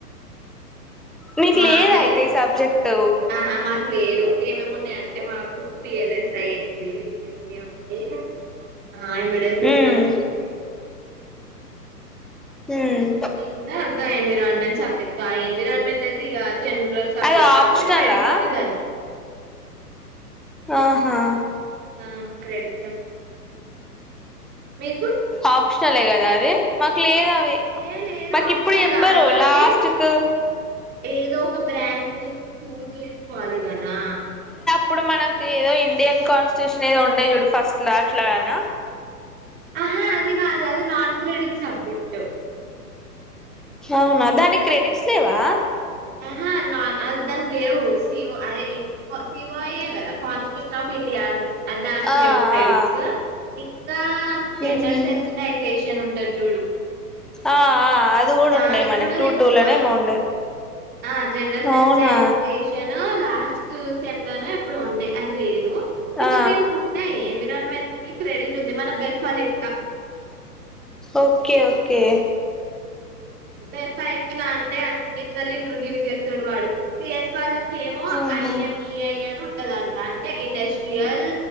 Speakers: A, in the centre; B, on the right.
A: నీకు
B: మాకైతే
A: లేద అయితే ఈ సబ్జెక్ట్
B: ఆహా మాకు లేదు ఏమేమి ఉన్నాయంటే మాకు వి ఎల్ ఎస్ ఐ ఉంది వి ఏ సి ఉంది ఆ <unintelligible> సిస్టమ్స్
A: ఉమ్
B: ఉంది
A: ఉమ్
B: ఇంకా గా ఎన్విరాన్మెంట్ సబ్జెక్ట్ అయ విరాన్మెంట్ దిగా జనరల్ సబ్జెక్ట్
A: అది
B: కాకపోతే
A: ఆప్షనలా
B: క్రెడిట్ ఉంది దానికి
A: ఆహా
B: ఆ క్రెడిట్స్ యాప్ మీకు
A: ఆప్షనలే కదా అది మాకు లేదా
B: ఏ లేదు
A: మాకి
B: ఆప్షనల్
A: ఇప్పుడు చెప్పారు
B: కాదు అంటే
A: లాస్ట్ కు
B: ఏదో ఒక బ్రాంచ్ నుంచి చూజ్ చేసుకోవాలి ఇవన్న రా
A: ఇప్పుడు మనకి ఏదో ఇండియన్ కాన్స్టిట్యూషన్ ఏదో ఉండే చూడు ఫస్ట్ లో అట్లాయానా
B: ఆహా అది కాదు అది నాలు త్రీ డి సబ్జక్ట్
A: అవునా దానికి క్రెడిట్స్ లేవా
B: అహా న అది దన్ లేవు సివో అదే సివో అయ్యే కదా కాన్స్టిట్యూషన్ ఆఫ్ ఇండియా దానికి
A: ఆ
B: లేవు క్రెడిట్సు
A: ఆ
B: ఇ ఇకా జెండర్
A: ఉహు
B: సెన్సిటైజేషన్ ఉంట టద్ చూడు.
A: ఆ ఆ అది కూడా
B: దానికి
A: ఉండే మనకు
B: కూడా
A: టూ
B: లేవు
A: టూ లోనేమో
B: మార్క్స్
A: ఉండే
B: ఆ జెండల్ సెన్సిడైేషన్
A: అవునా
B: నో లాస్ట్ సెమ్ లోనే ఎప్పుడో ఉండే అది లేదు ఇప్పుడు
A: ఆ
B: దీనికి ఉన్నాయ్ ఏన్విరాన్ మంత్లీ క్రెడిట్ ఉంటుంది మన బెఫ్ఫాలెక్క
A: ఓకే ఓకే
B: బెఫ్ఫా ఎట్లా అంటే అన్నిట్ల ఇంట్రొడ్యూస్ చేస్తాడు వాడు సిఎస్ వాళ్ళకి ఏమో
A: ఆహా
B: అయ్యా మీ అయ్యాను వుంటదంట అంటే ఇండస్ట్రియల్